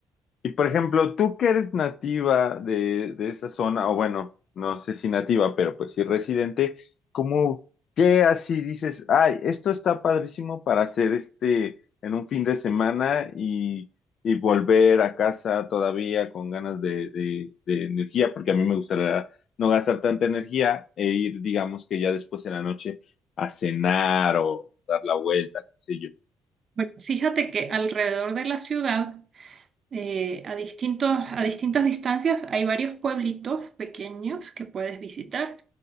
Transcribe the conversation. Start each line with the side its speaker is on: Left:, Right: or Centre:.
Left: Y por ejemplo, tú que eres nativa de, de esa zona, o bueno, no sé si nativa, pero pues sí residente, ¿cómo qué así dices, ay, esto está padrísimo para hacer este en un fin de semana y, y volver a casa todavía con ganas de, de, de energía, porque a mí me gustaría no gastar tanta energía e ir, digamos que ya después de la noche a cenar o dar la vuelta, qué sé yo.
Right: Bueno, fíjate que alrededor de la ciudad, eh, a distintos, a distintas distancias, hay varios pueblitos pequeños que puedes visitar.